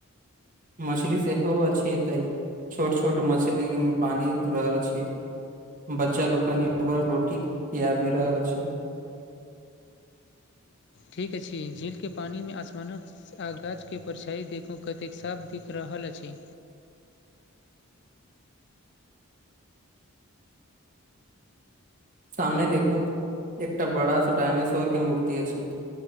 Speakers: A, on the right; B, on the left.
A: मछली सेहो अछि एते छोट छोट मछली मे पानि रहल अछि बच्चा लोक कनि रोटी खियाबी रहल अछि
B: ठीक अछि झीलके पानिमे आसमानक आ गाछके परछाइ देखू कतेक साफ दिख रहल अछि
A: सामने देखू एकटा बड़ासा डायनासोर के मूर्ति अछि